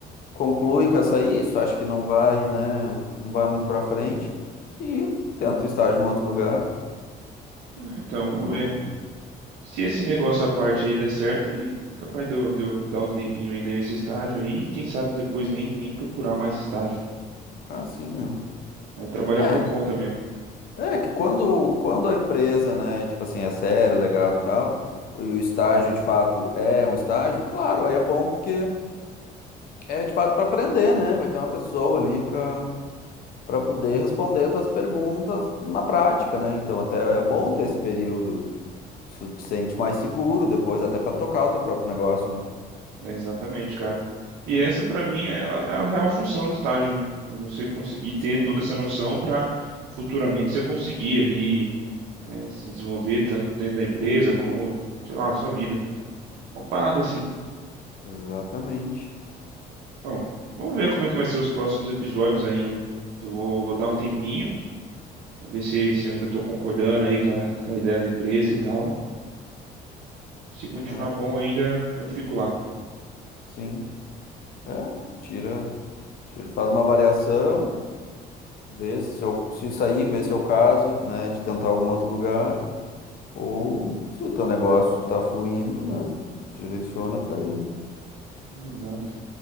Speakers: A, on the left; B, on the right.
A: Conclui com essa aí, se tu acha que não vai, né, não vai muito pra frente e tenta o estágio em outro lugar.
B: É, Então, vamos
A: Eu,
B: ver. Se esse negócio à parte aí der certo, aí capaz de eu, de eu dar um tempinho ainda nesse estágio aí, e quem sabe depois nem, nem procurar mais estágio.
A: ah, sim, é.
B: Aí trabalhar por
A: É, que
B: conta mesmo.
A: é que quando, quando a empresa, né, tipo assim, é séria, legal e tal, e o estágio de fato é um estágio, claro, aí é bom porque é de fato para aprender, né? Vai ter uma pessoa ali para para poder responder tuas perguntas na prática, né? Então até é bom ter esse período Tu te sente mais seguro depois, até pra tocar o teu próprio negócio, né?
B: É exatamente, cara. E essa pra mim é a, é a real função do estágio, né? É você conseguir ter
A: Sim,
B: toda essa noção pra futuramente você conseguir ali é, se desenvolver tanto dentro da empresa como, sei lá, na sua vida. Uma parada assim.
A: exatamente.
B: Bom, vamos ver como é que vai ser os próximos episódios aí, né? Então, vou, vou dar um tempinho, pra ver se, se eu ainda tô concordando aí com a, com a ideia da empresa e tal. Se continuar
A: É,
B: bom ainda, eu fico lá.
A: sim. É, tira, tira, faz uma avaliação, vê se eu, se sair, vê se é o caso, né, de tentar algum outro lugar, ou se o teu negócio tá fluindo, né, direciona pra ele.
B: Exato.